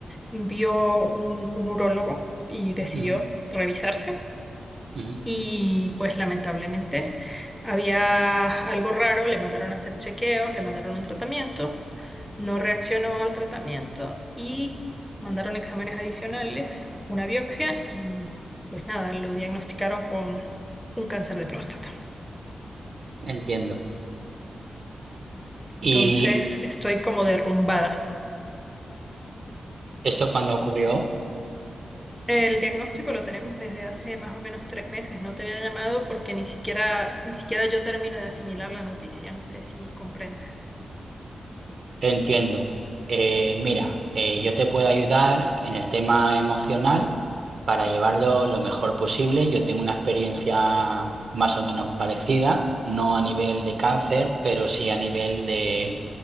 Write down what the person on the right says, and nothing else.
Ujú,
ujú,
Entiendo.
Y
esto cuando ocurrió,
entiendo. Eh, mira, eh, yo te puedo ayudar en el tema emocional. para llevarlo lo mejor posible. Yo tengo una experiencia más o menos parecida, no a nivel de cáncer, pero sí a nivel de